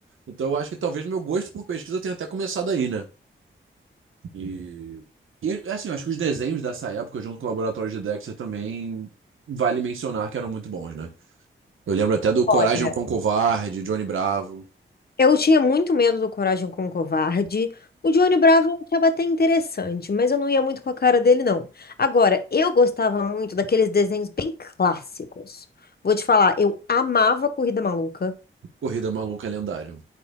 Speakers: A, on the right; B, on the left.
A: Então eu acho que talvez meu gosto por pesquisa tenha até começado aí, né? E, e assim, eu acho que os desenhos dessa época, junto com o Laboratório de Dexter, também vale mencionar que eram muito bons, né? Eu lembro até do
B: Olha,
A: Coragem com Covarde, Johnny Bravo,
B: eu tinha muito medo do Coragem com o Covarde. O Johnny Bravo eu achava até interessante, mas eu não ia muito com a cara dele, não. Agora, eu gostava muito daqueles desenhos bem clássicos. Vou te falar, eu amava Corrida Maluca.
A: Corrida Maluca Lendário.